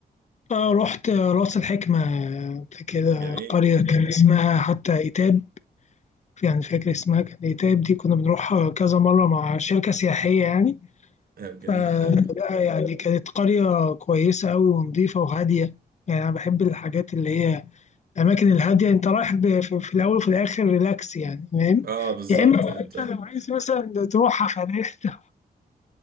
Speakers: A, on the left; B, on the right.
A: آه، رحت راس الحكمة آه، كده
B: جميل
A: قرية كان اسمها حتى إيتاب يعني فاكر اسمها كانت ايه تايب دي كنا بنروحها كذا مرة مع شركة سياحية يعني مم.
B: طب جميل
A: فلا
B: حلو
A: يعني كانت قرية كويسة أوي ونظيفة وهادية يعني أنا بحب الحاجات اللي هي الأماكن الهادية أنت رايح ب- في في الأول وفي الآخر ريلاكس يعني فاهم
B: اه بالظبط
A: يا إما بقى
B: انت
A: أنت لو عايز مثلا تروح حفلات <laughs>